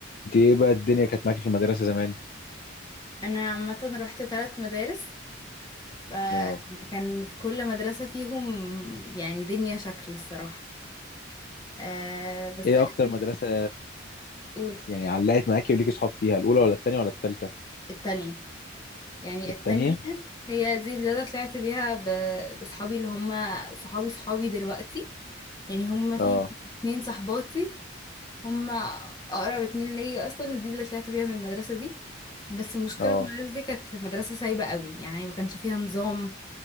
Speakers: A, on the left (about 45°); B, on the left (about 20°).
A: انت ايه بقى الدنيا كانت معاكي في المدرسة زمان؟
B: انا عامه رحت ثلاث مدارس فكان
A: اه
B: في كل مدرسه فيهم يعني دنيا شكل الصراحه أه بس
A: ايه
B: اخر
A: اكتر مدرسة
B: اقول
A: يعني علقت معاكي وليكي صحاب فيها الاولى ولا التانية ولا التالتة؟
B: التانية يعني
A: التانية؟
B: التانية هي دي اللي انا طلعت بيها ب- بصحابي اللي هم صحابي صحابي دلوقتي يعني هم
A: اه
B: في اتنين صحباتي هم اقرب اتنين ليا اصلا ودي اللي طلعت بيها من المدرسه دي بس المشكله
A: اه
B: في المدرسه دي كانت مدرسه سايبه قوي يعني ما كانش فيها نظام